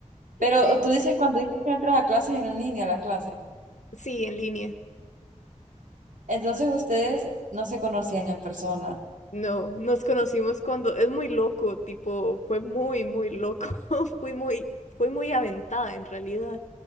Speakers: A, on the right; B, on the left.
A: Pero
B: sí,
A: tú dices cuando dices que entras a clases en línea, la clase.
B: sí, en línea.
A: Entonces ustedes no se conocían en persona.
B: No, nos conocimos cuando es muy loco, tipo, fue muy, muy loco, <laughs> fui muy, fue muy aventada en realidad,